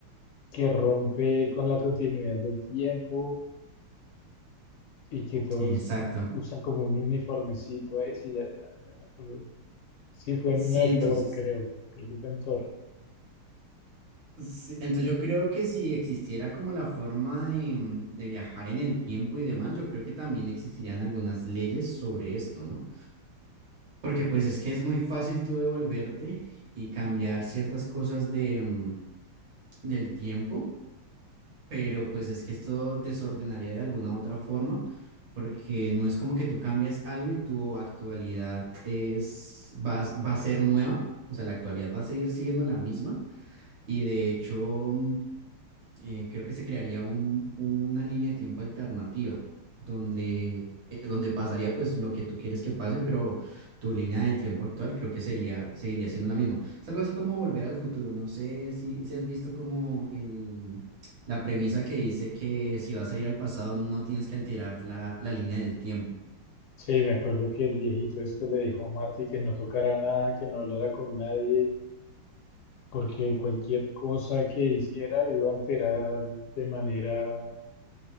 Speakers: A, on the left (about 75°); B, on the right (about 60°).
A: que rompe con la continuidad del tiempo y que todos
B: exacto.
A: usan como un uniformecito ahí, sí, ya, ya, ya me acordé. Sí, fue
B: Sí,
A: en una de
B: entonces,
A: Thor, creo, creo que fue en Thor.
B: sí, entonces yo creo que si existiera como la forma de, mm, de viajar en el tiempo y demás, yo creo que también existirían algunas leyes sobre esto, ¿no? Porque pues es que es muy fácil tú devolverte y cambiar ciertas cosas de, mm, del tiempo pero pues es que esto desordenaría de alguna u otra forma, porque no es como que tú cambias algo y tu actualidad es, va, a- va a ser nueva, o sea, la actualidad va a seguir siendo la misma y de hecho... mm, eh, creo que se crearía un- una línea de tiempo alternativa donde, eh, donde pasaría pues lo que tú quieres que pase, pero tu línea de tiempo actual creo que sería, seguiría siendo la misma. Es algo así como volver al futuro. No sé si, si has visto como el, la premisa que dice que si vas a ir al pasado no tienes que alterar la, la línea del tiempo.
A: Sí, me acuerdo que el viejito este le dijo a Marty que no tocara nada, que no hablara con nadie, porque cualquier cosa que hiciera iba a alterar de manera